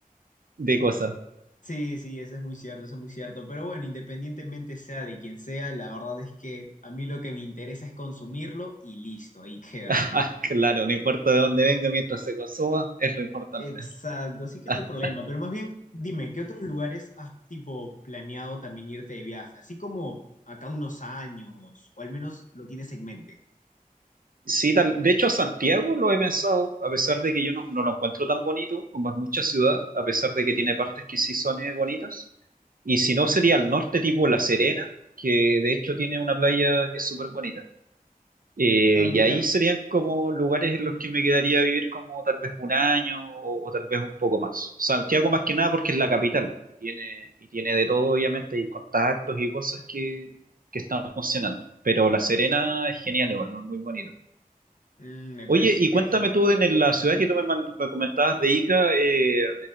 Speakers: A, on the right; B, on the left.
A: de cosas.
B: Sí, sí, eso es muy cierto, eso es muy cierto. Pero bueno, independientemente sea de quien sea, la verdad es que a mí lo que me interesa es consumirlo y listo, ahí queda.
A: <laughs> Claro, no importa de dónde venga mientras se consuma, es lo importante.
B: Exacto, así que
A: <laughs>
B: no hay problema. Pero más bien, dime, ¿qué otros lugares has tipo planeado también irte de viaje? Así como acá unos años, o al menos lo tienes en mente.
A: Sí, tal. De hecho, Santiago lo he pensado, a pesar de que yo no, no lo encuentro tan bonito como es mucha ciudad, a pesar de que tiene partes que sí son eh, bonitas. Y si no, sería al norte, tipo La Serena, que de hecho tiene una playa que es súper bonita. Eh,
B: Ah, mira.
A: y ahí serían como lugares en los que me quedaría a vivir como tal vez un año o, o tal vez un poco más. Santiago más que nada porque es la capital y tiene, y tiene de todo, obviamente, y contactos y cosas que, que están funcionando. Pero La Serena es genial, igual, ¿no? es muy bonito.
B: Mm, me
A: Oye,
B: parece
A: y
B: interesante.
A: cuéntame tú en la ciudad que tú me, mand- me comentabas de Ica, eh,